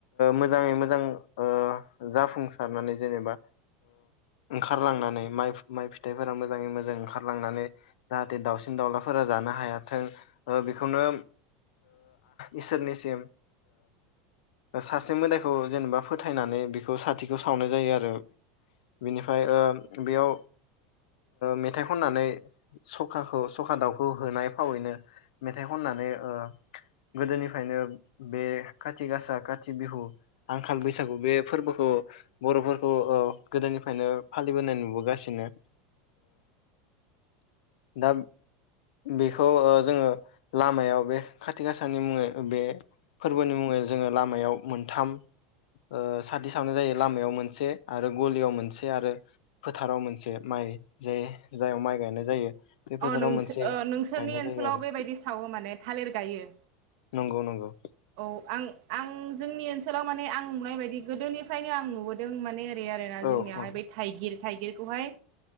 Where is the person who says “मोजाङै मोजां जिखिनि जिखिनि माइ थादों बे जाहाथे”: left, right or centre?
Left